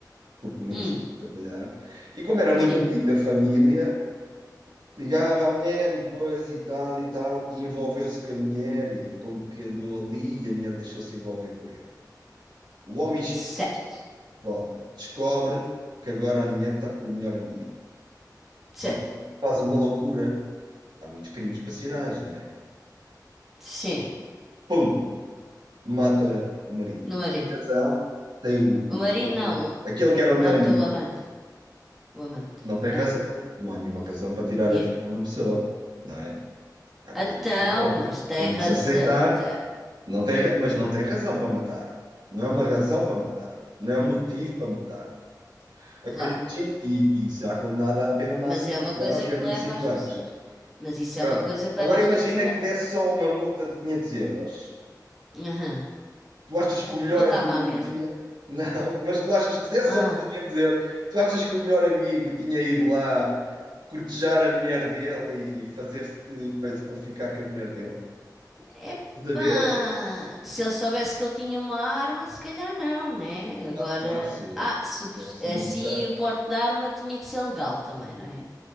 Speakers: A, on the right; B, in the centre.
A: porque o amigo
B: Hum,
A: saiu a trabalhar, e como era muito
B: sim.
A: amigo da família. Ligava à mulher e coisa e tal e tal, e envolveu-se com a mulher e como que andou ali e a mulher deixou-se envolver por ele. O homem chega
B: Certo.
A: de volta, descobre que agora a mulher está com o melhor amigo
B: Certo.
A: e faz uma loucura. Há muitos crimes passionais, não é?
B: Sim.
A: Pum! Mata o marido.
B: No marido.
A: Tem razão, tem o,
B: O marido
A: o, mata
B: não.
A: o-
B: o-
A: aquele
B: que
A: que era o melhor
B: mata
A: amigo.
B: o amante. O amante.
A: Não tem razão,
B: Ah.
A: não há nenhuma razão para tirar
B: E,
A: a vida de uma pessoa, não é? Há coisas
B: então,
A: que pronto,
B: mas tem
A: têm
B: razão.
A: que se aceitar.
B: tá,
A: Não tem, ra- mas não tem razão para matar. Não é uma razão para matar. Não é um motivo para matar. Agora
B: Claro.
A: imagina, e, e será condenada à pena máxima
B: Mas é uma
A: em Portugal,
B: coisa
A: que
B: que
A: é vinte
B: leva
A: e cinco
B: as
A: anos.
B: pessoas. Mas isso
A: Pronto.
B: é uma coisa que
A: Agora
B: leva as
A: imagina
B: pessoas a matar.
A: que desse só uma multa de 500 euros.
B: Aham.
A: Tu achas que o melhor
B: Matava
A: amigo
B: a mesma.
A: tinha. Não, mas tu achas que se desse
B: Ah.
A: só uma multa de 500 euros, tu achas que o melhor amigo tinha ido lá cortejar a mulher dele e fazer-se de coisa para ficar com a mulher dele?
B: Epá,
A: Estás a ver ou não?
B: se ele soubesse que ele tinha uma arma, se calhar não, né? Agora,
A: Claro, se
B: ah, se,
A: se tivesse multa.
B: assim o porte da arma tinha que ser legal também, não é? O